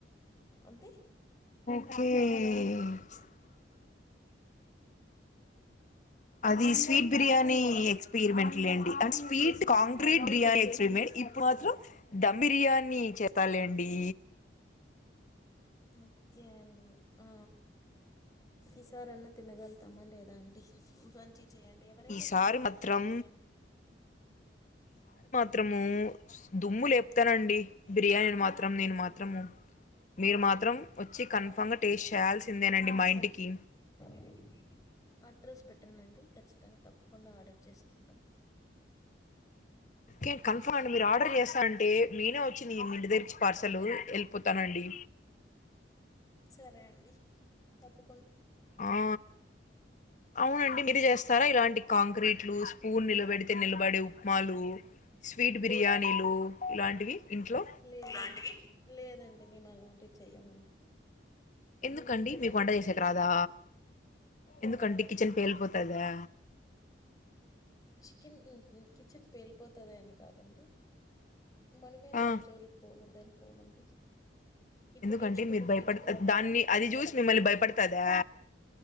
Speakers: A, on the left; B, on the left.
A: అంటె
B: <unintelligible> అదీ స్వీట్ బిర్యానీ ఎక్స్పీరిమెంట్ లేండి అంట్ స్వీట్ కాంక్రీట్ బిర్యానీ ఎక్స్పీరిమెంట్ ఇప్పుడు మాత్రం ధమ్ బిర్యానీ చేస్తలేండీ
A: ఓకే అండీ ఆ ఈసారన్న తినగలుతామా లేదా అండి <unintelligible> చేయండి ఎవరైనా
B: ఈసారి
A: తినగలేటట్టే
B: మాత్రం
A: చేయండి
B: త్రమూ దుమ్ములేప్తనండి బిర్యానీని మాత్రం నేను మాత్రము మీరు మాత్రం ఒచ్చి
A: సరే
B: కన్ఫామ్గ టేస్ట్ చేయాల్సిందేనం డి మా ఇంటికీ
A: చ అడ్రస్ పెట్టండండి ఖచ్చితంగ తప్పకుండా ఆర్డర్ చేసుకుంటం
B: ఒకే కన్ఫామ్ అండి మీరు ఆర్డర్ జేస్తా అంటే మేనే ఒచ్చి మీ ఇంటి దగ్గరిచ్చి పార్సలూ ఎల్పొతానండీ
A: సరే అండి తప్పు
B: ఆ అవునండి మిరు జేస్తారా ఇలాం కాంక్రీట్లూ స్పూన్ నిలబెడితె నిలబడే ఉప్మాలూ స్వీట్ బిర్యానీలూ ఇలాంటివి ఇంట్లో
A: లేదండి లేదండి మేమలాంటివి చెయ్యమండి
B: ఎందుకండి
A: నేను కిచెన్లోకే
B: మీకు వంట
A: వెళ్ళానండి
B: చేసేక్ రాదా ఎందుకండి
A: రాదండి
B: కిచెన్ పేలిపొతదా
A: చికెన్ కిచెన్ పేలిపోతదని కాదండీ మనమే
B: ఆ
A: దాన్ జోలుకి పోగుడ్దని పోమండి ఇప్పుడు
B: ఎందుకంటే
A: నేర్చుకుంటే
B: మీరు భయపడు
A: ఫ్యూచర్‌లో
B: అ
A: అంతా
B: దాన్ని
A: అదే అదే
B: అది జూసి మిమ్మల్ని భయపడుతదా